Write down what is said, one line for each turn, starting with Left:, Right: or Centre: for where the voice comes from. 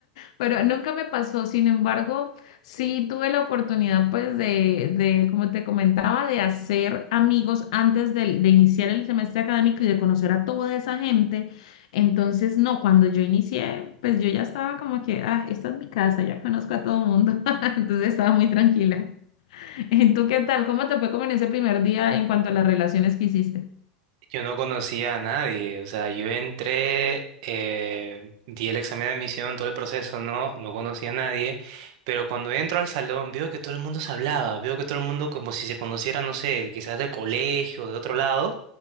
Left: pero nunca me pasó, sin embargo, sí tuve la oportunidad, pues, de, de, como te comentaba, de hacer amigos antes del- de, iniciar el semestre académico y de conocer a toda esa gente. Entonces, no, cuando yo inicié, pues yo ya estaba como que, ah, esta es mi casa, ya conozco a todo el mundo. <laughs> Entonces estaba muy tranquila. <laughs> ¿Y tú qué tal? ¿Cómo te fue como en ese primer día en cuanto a las relaciones que hiciste?
Right: Yo no conocía a nadie, o sea, yo entré, eh, di el examen de admisión, todo el proceso, no, no conocía a nadie, pero cuando entro al salón veo que todo el mundo se hablaba, veo que todo el mundo como si se conociera, no sé, quizás del colegio, de otro lado,